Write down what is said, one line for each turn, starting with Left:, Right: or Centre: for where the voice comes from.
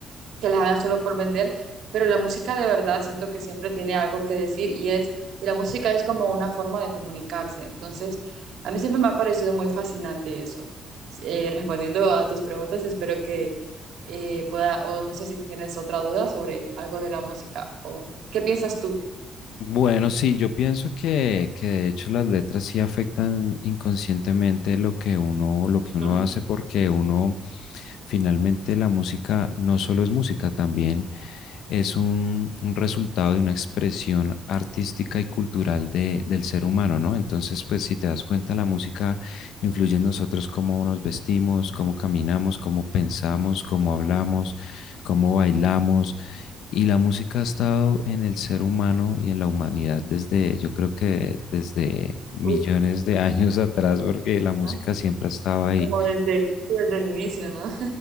Right: que las hagan solo por vender, pero la música de verdad siento que siempre tiene algo que decir y es, y la música es como una forma de comunicarse. Entonces, a mí siempre me ha parecido muy fascinante eso. Eh, respondiendo a tus preguntas, espero que eh, pueda, o no sé si tienes otra duda sobre algo de la música, o qué piensas tú.
Left: Bueno, sí, yo pienso que, que de hecho las letras sí afectan inconscientemente lo que uno, lo que uno
Right: ¿no?
Left: hace, porque uno finalmente la música no solo es música, también es un, un resultado de una expresión artística y cultural de- del ser humano, ¿no? Entonces, pues si te das cuenta, la música influye en nosotros cómo nos vestimos, cómo caminamos, cómo pensamos, cómo hablamos, cómo bailamos. Y la música ha estado en el ser humano y en la humanidad desde, yo creo que desde millones
Right: Uf,
Left: de <laughs> años atrás, porque la música
Right: ¿eh?
Left: siempre ha estado ahí,
Right: Como desde, desde el inicio, ¿no?